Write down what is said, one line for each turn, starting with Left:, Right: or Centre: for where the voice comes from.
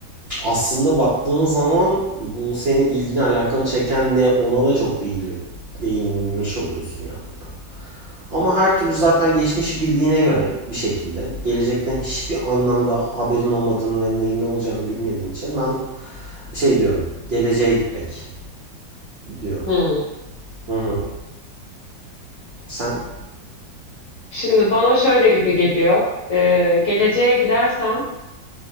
Right: Aslında baktığın zaman bu senin ilgini alakanı çeken ne ona da çok değiliyor. Değinilmiş oluyorsun ya burada. Ama her türlü zaten geçmişi bildiğine göre bir şekilde gelecekten hiçbir anlamda haberin olmadığını ve neyin ne olacağını bilmediğin için ben şey diyorum geleceğe gitmek diyorum.
Left: Hmm.
Right: Hı hı. Sen?
Left: Şimdi bana şöyle gibi geliyor. Ee, geleceğe gidersem